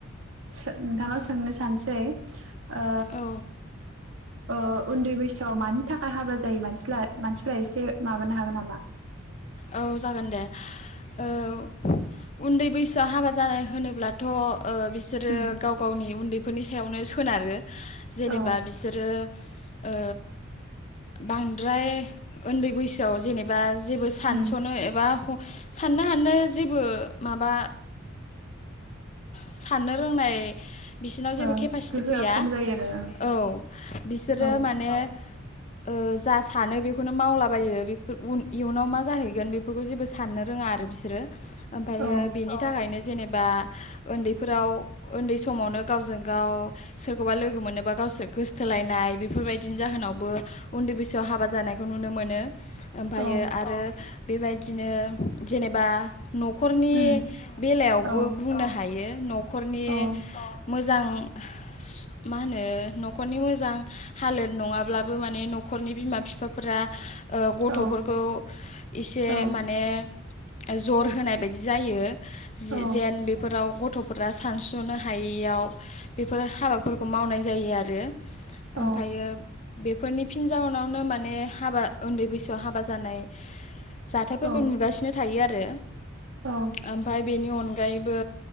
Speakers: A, on the right; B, on the left.
A: सो नोंथांनाव सोंनो सानसै ओ
B: औ
A: ओ उन्दै बैसो सोआव मानि थाखाय हाबा जायो मानसिफ्ला-मानसिफ्रा एसे माबानो हागोन नामा?
B: औ जागोन दे औ उन्दै बैसोआ हाबा जानाय होनोब्लाथ' ओ बिसोरो
A: उम
B: गाव गावनि उन्दैफोरनि सायावनो सोनारो जेनेबा
A: औ
B: बिसोरो ओ बांद्राय ओन्दै बैसोआव जेनेब बा जेबो सानसनो
A: उम
B: एबा हम साननो हानो जेबो माबा साननो रोंनाय बिसिनाव जेबो
A: औ
B: केपासिटि
A: गोहोआ
B: फैया
A: खम जायो आरो
B: औ बिसोरो
A: ओं
B: माने ओ जा सानो बेखौनो मावलाबायो बेफोर उन इयुनाव मा जाहैगोन बेफोरखौ जेबो साननो रोङा आरो बिसोरो आमफायो
A: औ
B: बेनि थाखायनो जो जेनेबा ओन्दैफोराव ओन्दै समावनो गावजों गाव सोरखौबा लोगो मोनोबा गावसोर गोसथोलायनाय बेफोरबायदिनि जाहोनावबो उन्दै बैसोआव हाबा जानायखौ नुनो मोनो। ओमफायो
A: औ
B: आरो बेबायदिनो जेनेबा न'खरनि
A: उम
B: बेलायावबो
A: औ
B: बुंनो हागोन हायो नखरनि
A: औ
B: मोज जां सु मा होनो न'खरनि मोजां हालोद नङाब्लाबो माने न'खरनि बिमा बिफाफोरा गथ'फोरखौ
A: औ
B: इसे
A: औ
B: माने जर होनाय बायदि जायो जि‌
A: औ
B: जेन बे गथ'फोरा सानसुनो हायैयाव बेफोर हाबाफोरखौ मावनाय जायो आरो।
A: औ
B: ओमफायो बेफोरनि फिन जाउनावनो माने हाबा उन्दै बैसोआव हाबा जानाय जाथायफोरखौ
A: औ
B: नुगासिनो थायो आरो
A: औ
B: ओमफाय बेनि अनगायै बो